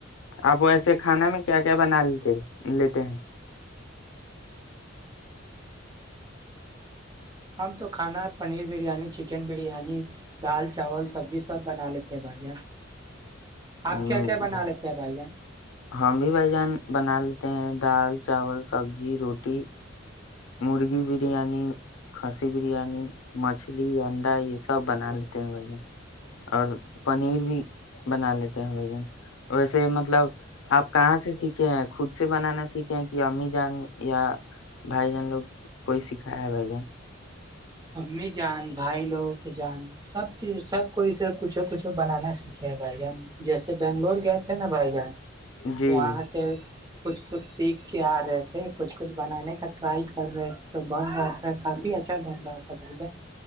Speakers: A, on the left; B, on the right.
A: آپ ایسے کھانا میں کیا کیا بنا لیتے لیتے ہیں
B: ہم تو کھانا پنیر بریانی چکن بریانی دال چاول سبزی سب بنا لیتے ہیں بھائی
A: ہم
B: آپ کیا کیا بنا لیتے ہیں بھائییاان
A: ہم بھی بھائی جان بنا لیتے ہیں دال چاول سبزی روٹی مرغی برییاانی کھسی بریانی مچھلی مھلی انڈا یہ سب بنا لیتے ہیں بھ جن اور پنیر بھی بنا لیتے ہیں بھ جن ویسے مطلب آپ کہاں سے سیکھے ہیں خود سے بنانا سیکھے ہیں کہ امی جان یا بھائی جان لوگ کوئی سکھایا ہے بھائی جان
B: امی جان بھائی لوگوں کی جان سب چیز سب کو اسے کچھو کچھو بنانا سیکھے بھائی جان جیسے بنگلور گئے تھے نا بھائی جان
A: جی
B: پواںا آ سے کچھ کچھ سیکھ کے آ رہے تھے کچھ کچھ بنانے کا ٹرائی کر رہے تھے تو بن رہا تھا کافی اچھا بن رہا تھا بھائی ج